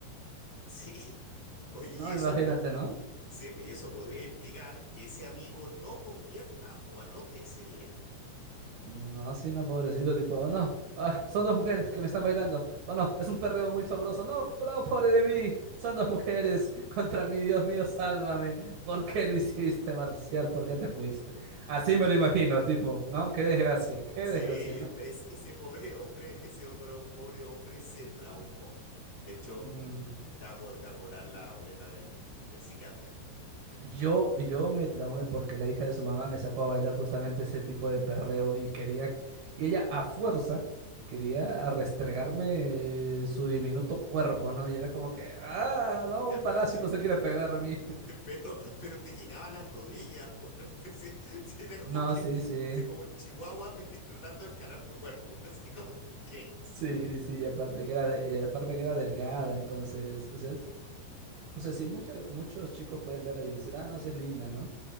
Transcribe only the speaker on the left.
sí, <laughs> oye, y
eso...
po-
Sí, pues y eso podría implicar que ese amigo no convierta o anote ese día.
Sí,
es- ese pobre hombre, ese opro- pobre hombre se traumó. De hecho,
te va a po- te va a cobrar la boleta del, del psiquiatra después.
Ya,
pero te,
<laughs> pero, pero te llegaba a las rodillas, weón. <laughs> Pues sí, sí, era
como que,
sí, como un chihuahua <laughs> pe- tratando de escalar tu cuerpo. <laughs> Así como, ¿qué?